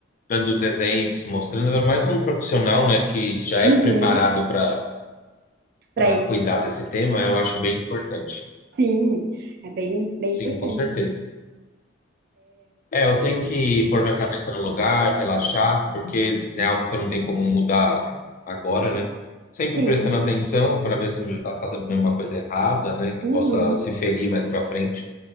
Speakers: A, on the left (about 45°); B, on the right (about 55°).
A: dando os exemplos, mostrando, ainda mais um profissional, né, que já é
B: Uhum,
A: preparado para
B: para
A: para
B: isso.
A: cuidar desse tema, eu acho bem importante.
B: sim, é bem, bem
A: Sim,
B: importante
A: com certeza.
B: mesmo.
A: É, eu tenho que pôr minha cabeça no lugar, relaxar, porque é algo que eu não tenho como mudar agora, né? Sempre
B: Sim,
A: prestando atenção para ver se não está fazendo nenhuma coisa errada, né, que
B: uhum.
A: possa se ferir mais para frente,